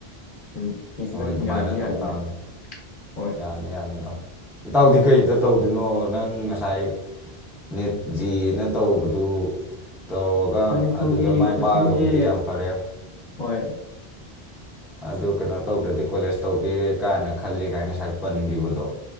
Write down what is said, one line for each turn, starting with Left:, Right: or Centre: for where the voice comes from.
Left: ꯑꯗꯨꯝ ꯍꯤꯡꯕ
Centre: ꯍꯣꯏ
Left: ꯑꯗꯨꯝ
Centre: ꯑꯗꯨꯃꯥꯏꯅ
Left: ꯌꯥꯗꯤ ꯌꯥꯅꯤꯗ
Centre: ꯇꯧ ꯇꯥꯃꯤ
Left: ꯍꯣꯏ
Centre: ꯌꯥꯅꯤ ꯌꯥꯅꯤ ꯏꯇꯥꯎ ꯏꯇꯥꯎꯗꯤ ꯀꯩꯗ ꯇꯧꯗꯣꯏꯅꯣ ꯅꯪ ꯉꯁꯥꯏ ꯅꯦꯠ ꯖꯤꯅ ꯇꯧꯕꯗꯨ ꯇꯧꯔꯒ
Left: ꯃꯅꯤꯄꯨꯔꯒꯤ
Centre: ꯑꯗꯨꯗ ꯃꯥꯏ
Left: ꯀꯣꯆꯤꯡꯁꯦ
Centre: ꯄꯥꯛꯑꯒꯕꯨꯗꯤ ꯌꯥꯝ ꯐꯔꯦ
Left: ꯍꯣꯏ
Centre: ꯑꯗꯨ ꯀꯩꯅꯣ ꯇꯧꯗ꯭ꯔꯗꯤ ꯀꯣꯂꯦꯖ ꯇꯧꯒꯦ ꯀꯥꯏꯅ ꯈꯜꯂꯤ ꯀꯥꯏꯅ ꯉꯁꯥꯏ ꯄꯟꯈꯤꯕꯗꯣ